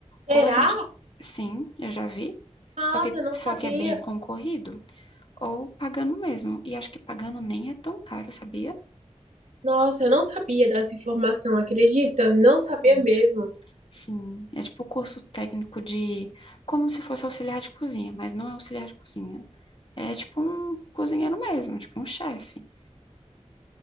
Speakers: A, on the right; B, on the left.
A: Será?
B: Ou a gente, sim, eu já vi,
A: Ah,
B: só que,
A: Nossa, eu não
B: só
A: sabia.
B: que é bem concorrido. ou pagando mesmo. E acho que pagando nem é tão caro, sabia?
A: Nossa, eu não sabia dessa informação, acredita? Não sabia
B: Hum.
A: mesmo.
B: Sim, é tipo curso técnico de como se fosse auxiliar de cozinha, mas não é auxiliar de cozinha. É tipo um cozinheiro mesmo, tipo um chefe.